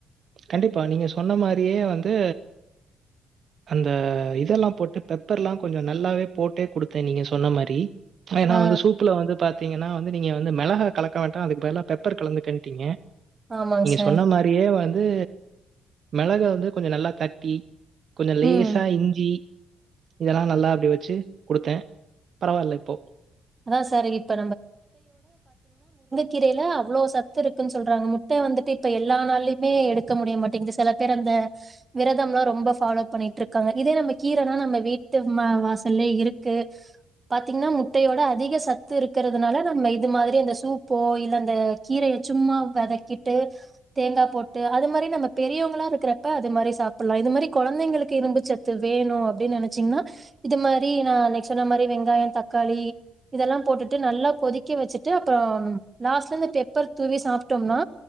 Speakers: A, on the right; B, on the right.
A: கண்டிப்பா நீங்க சொன்ன மாரியே வந்து அந்த இதெல்லா போட்டு பெப்பர்லா கொஞ்ச நல்லாவே போட்டே குடுத்தே நீங்க சொன்ன மாரி ஏனா
B: ஆ
A: வந்து சூப்புல வந்து பாத் தீங்கனா வந்து நீங்க வந்து மெளகா கலக்க வேண்டா அதுக்கு பதிலா பெப்பர் கலந்துக்கன்டீங்க
B: ஆமாங்க
A: நீங்க
B: சார்
A: சொன்ன மாரியே வந் து மெளக வந்து கொஞ்ச நல்லா தட்டி கொஞ்ச லேசா
B: ம்
A: இஞ்சி இதெல்லா நல்லா அப்டி வச்சு குடுத்தே பரவால்ல இப்போ
B: அதா சார் இப்ப கீரைல அவ்ளோ சத்து இருக்குன் சொல்றாங்க முட்ட வந்துட்டு இப்ப எல்லா நாள்லயுமே எடுக்க முடிய மாட்டெங்குது செல பேர் அந்த விரதம்லா ரொம்ப ஃபாலோ பண்ணிட்ருக்காங்க இதே நம்ம கீரனா நம்ம வீட்டு ம வாசல்லே இருக்கு பாத்தீங்னா மு ட்டையோட அதிக சத்து இருக்குறதுனால நம்ம இது மாதிரி அந்த சூப்போ இல்ல அந்த கீரைய சும்மா வதக்கிட்டு தேங்கா போட்டு அது மாரி நம்ம பெரியவ்ங்களா இருக்குறப்ப அது மாரி சாப்புல்லா இது மாரி கொழந்தைங்களுக்கு இரும்பு சத்து வேணு அப்டின் நெனைச்சீங்னா இது மாரி நா அன்னைக் சொன்ன மாரி வெங்காய தக் காளி இதெல்லா போட்டுட்டு நல்லா கொதிக்க வச்சுட்டு அப்புறம் லாஸ்ட்ல இந்த பெப்பர் தூவி சாப்டோம்னா